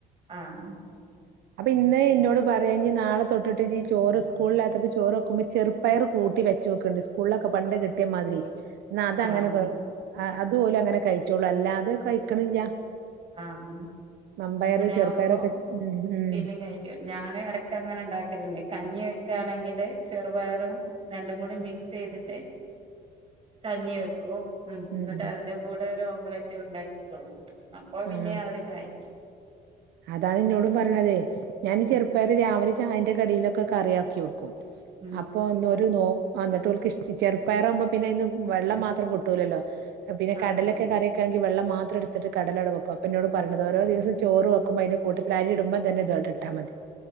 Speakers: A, on the right (about 35°); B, on the right (about 80°).
A: ആഹ്
B: അപ്പൊ ഇന്ന് ഇനോട് പറയാണ് നാളെ തൊട്ടിട്ട് ഇജ് ചോറ് സ്കൂളിലകത്തപ്പോൾ ചോറ് വെക്കുമ്പോ ചെറുപ്പയർ കൂട്ടി വെച്ച് നോക്കണ്ട് സ്കൂളിലക്കെ പണ്ട് കിട്ടി മാതിരി എന്ന അതങ്ങനെ
A: ആഹ്
B: ആ അത് അതുപോലെ അങ്ങനെ കഴിച്ചോള്ളൂ അല്ലാതെ കഴിക്കണില്ല
A: ആഹ
B: വമ്പയറ്
A: അങ്ങനെ
B: ചെറുപ്പയറൊക്കെ
A: ആവുമ്പോ
B: ഉം ഉം
A: പിന്നിം കഴിക്കും ഞാനും ഇടക്ക് അങ്ങനെ ഉണ്ടാക്കലുണ്ട് കഞ്ഞി വെക്കയാണെങ്കില് ചെറുപയറും രണ്ടും കൂടി മിക്സ് ചെയ്തിട്ട് കഞ്ഞി വെക്കൂ ഉ എന്നിട്ട്
B: ഉം ഉം
A: അതിന്റെ കൂടെ ഒരു നമ്മളക്കെ ഉണ്ടാക്കി കൊടുക്കും അപ്പൊ പിന്നെ
B: ആഹ്
A: അവര് കഴിക്കും
B: അതാണ് ഇന്നോടും പറയണത് ഞാൻ
A: ഉം
B: ചെറുപ്പയർ രാവിലെ ചായേന്റെ കടിയിലൊക്കെ കറിയാക്കും വെക്കും
A: ഉം
B: അപ്പൊ ഇ നോ വിട്ട് ട്ടക്ക് ചെറുപ്പയംവുമ്പോ പിന്നെ ഇന്ന് വെള്ളം മാത്രം കിട്ടൂലല്ലോ പിന്നെ
A: ആഹ്
B: കടലൊക്കെ കറിയക്കാണെങ്കിൽ വെള്ളം മാത്രം എടുത്തിട്ട് കടല വെക്കും അപ്പെ ഇനോട് പറഞ്ഞത് ചോറ് വക്കെ കുമ്പേ അതിന്റെ കൂട്ടൽ അരി ഇടുമ്പോ ഇതങ്ങ് ഇട്ടാ മതി